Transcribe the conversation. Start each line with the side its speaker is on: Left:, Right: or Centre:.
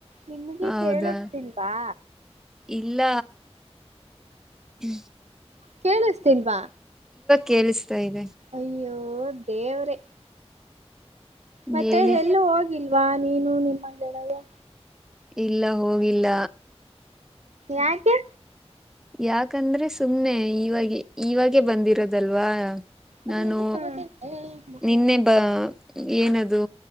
Right: ನಿಮ್ಗೆ
Centre: ಹೌದಾ
Right: ಕೇಳಸ್ತಿಲ್ವಾ.
Centre: ಇಲ್ಲ. ಹ್ಮ್.
Right: ಕೇಳಿಸ್ತಿಲ್ವಾ
Centre: ಕೇಳಿಸ್ತಾ ಇದೆ
Right: ಅಯ್ಯೋ ದೇವ್ರೆ. ಮತ್ತೆ
Centre: ಹೇಳಿ
Right: ಎಲ್ಲೂ ಹೋಗಿಲ್ವಾ ನೀನು ನಿಮ್ಮ ಗೆಳೆಯಾ.
Centre: ಇಲ್ಲ ಹೋಗಿಲ್ಲ.
Right: ಯಾಕೆ
Centre: ಯಾಕಂದ್ರೆ ಸುಮ್ನೆ ಈವಾಗ ಇವಾಗೆ ಬಂದಿರೋದಲ್ವಾ.
Right: ಅಲ್ಲೇನು
Centre: ನಾನು
Right: ಕರತೈತೆ ಮಕ್ಕಳೇ
Centre: ನಿನ್ನೆ ಬ ಏನದು